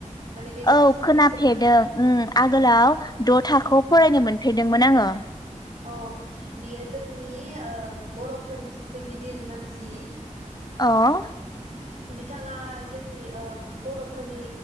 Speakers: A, on the right; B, on the left.
A: माने बे मानसिखौ
B: औ खोनाफेरदों।
A: मिथियो नामा?
B: ओम। आगोलाव द'थाखौ फरायनो मोन फेरदोंमोन आङो।
A: अह बियो जोंनि ओ बर'फोरनि सासे गिदिर मानसि।
B: अह।
A: बिथाङा जोंनि ओ बर'फोरनि